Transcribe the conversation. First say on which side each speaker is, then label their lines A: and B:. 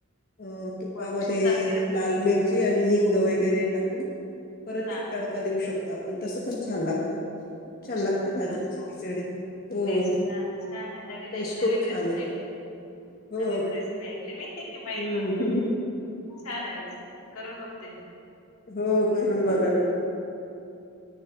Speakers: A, on the left; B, on the left.
A: अं तुपा
B: वरण
A: मध्ये
B: नुसता जिरं
A: लाल मिर ची आणि हिंग वगैरे टाकून परत
B: हा
A: एक तडका
B: हा
A: देऊ शकतो आपण तसं पण छान लागतं. खूप छान लागते
B: वर
A: बाजरीची
B: जरासं
A: खिचडी. हो
B: टेस्ट हा छान आहे नवीन
A: टेस्ट
B: आहे नवीन
A: खूप छान
B: रेसिपी
A: येते.
B: ऐकलेली.
A: हो.
B: नवीन रेसिपी ऐकली मी माहित
A: हं.
B: नव्हत मला हे छान आहे रेसिपी करून बघते मी.
A: हो,
B: करूण
A: करून
B: बघते.
A: बघा ना.